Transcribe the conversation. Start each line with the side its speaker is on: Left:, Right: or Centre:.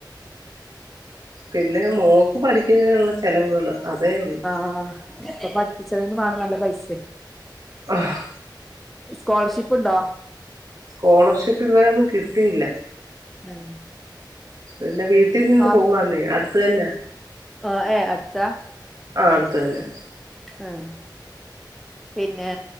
Right: പിന്നെ മോക്ക് പഠിക്കുന്നതിനുള്ള ചെലവുകള് അതേ ഉള്ളൂ
Centre: ആഹ് ഇപ്പൊ പഠിപ്പിച്ചണൊക്കിലും വേണം നല്ല പൈസ
Right: ആഹ്
Centre: സ്കോളർഷിപ്പ് ഉണ്ടോ
Right: സ്കോളർഷിപ്പ് ഇതുവരെ ഒന്നും കിട്ടിയില്ല
Centre: ഉം
Right: പിന്നെ വീട്ടിൽ നിന്ന്
Centre: മാർക്ക്
Right: പോവന്നേ അടുത്തന്നെ
Centre: ആഹ് ഏഹ് അടുത്താ
Right: ആഹ് അടുത്തതന്നെ
Centre: ഏഹ് പിന്നെ